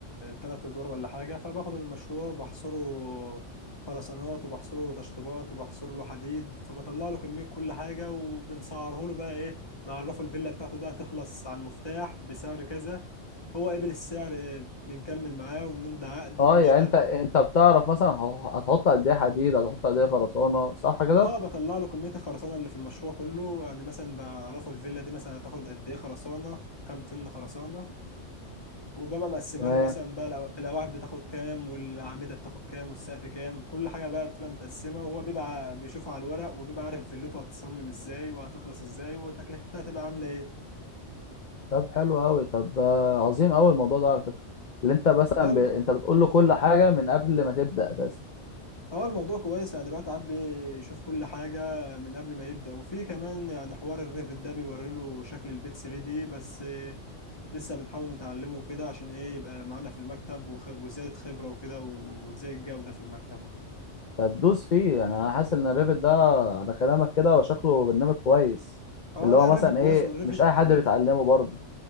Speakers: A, on the left; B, on the left.
A: ثلاث ادوار ولا حاجه فباخد المشروع بحصره خرسانات وبحصره تشطيبات وبحصر له حديد فبطلع له كميه كل حاجه وبنسعره له بقى ايه نعرفه الفيلا بتاعته ده هتخلص على المفتاح بسعر كذا هو قبل السعر إيه، بنكمل معاه ونمضي عقد
B: اه
A: ونشتغل
B: يعني انت انت بتعرف مثلا هو- هتحط قد ايه حديد هتحط قد ايه خرسانه صح كده
A: اه بطلع له كميه الخرسانه اللي في المشروع كله يعني مثلا بعرفه الفيلا دي مثلا هتاخد قد ايه خرسانه كام طن خرسانه وبابا مقسمها
B: تمام
A: له مثلا بقى الأو- الأواعي بتاخد كام والأعمدة بتاخد كام والسقف كام كل حاجة بقى بتبقى متقسمة وهو بيبقى بيشوفها على الورق وبيبقى عارف فيلته هتصمم ازاي وهتخلص ازاي وتكلفتها هتبقى عاملة ايه
B: طب حلو قوي طب آه، عظيم قوي الموضوع ده على فكره اللي انت مثلا
A: لا الم...
B: ب... انت بتقول له كل حاجه من قبل ما تبدا اساسا
A: هو الموضوع كويس يعني دلوقتي عاد بيشوف كل حاجة من قبل ما يبدأ وفي كمان يعني حوار الريفت ده بيوري له شكل البيت 3D بس لسه بنحاول نتعلمه وكده عشان ايه يبقى معانا في المكتب وخ... وزيادة خبرة وكده وزي الجودة في المكتب وكده
B: طب دوس فيه يعني انا حاسس ان الريفت ده على كلامك كده وشكله برنامج كويس
A: اه
B: اللي
A: لا
B: هو
A: الريفت
B: مثلا
A: كويس
B: ايه
A: والريفت
B: مش اي حد بيتعلمه برضه